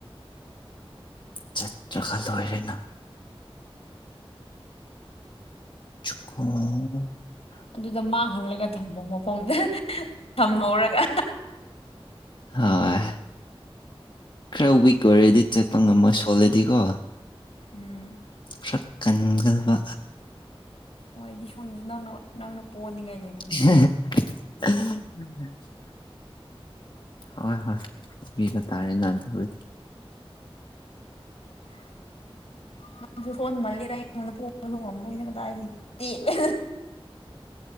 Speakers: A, on the left; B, on the left.
A: ꯆꯠ ꯆ꯭ꯔ ꯈꯜꯗ ꯑꯣꯏꯔꯦꯅ <unintelligible>
B: ꯑꯗꯨꯗ ꯃꯥꯡꯍꯂꯒ ꯊꯝꯃꯣ ꯃꯐꯝꯗ ꯊꯝꯍꯧꯔꯒ
A: ꯍꯣꯏ ꯈꯔ ꯋꯤꯛ ꯑꯣꯏꯔꯗꯤ ꯆꯠꯄ ꯉꯝꯃꯣꯏ ꯁꯣꯜꯂꯗꯤꯀꯣ
B: ꯎꯝ
A: ꯁꯛꯀꯟꯒꯜꯕ
B: ꯍꯣꯏ ꯑꯩꯗꯤ ꯁꯣꯝꯗꯁꯨ ꯅꯪꯅ ꯅꯪꯅ ꯄꯣꯟꯅꯤꯡꯉꯥꯏ
A: <unintelligible>
B: ꯂꯩꯕꯗꯨꯗꯤ
A: ꯍꯣꯏ ꯍꯣꯏ ꯇꯕꯤꯕ ꯇꯥꯔꯦ ꯑꯗꯨꯕꯨꯗꯤ
B: <unintelligible> ꯁꯣꯟꯃꯜꯂꯦꯔ ꯑꯩꯉꯣꯟꯗ ꯄꯣꯕꯁꯨ ꯉꯝꯃꯣꯏꯗꯪ ꯇꯗꯤ ꯇꯦꯠꯂꯦ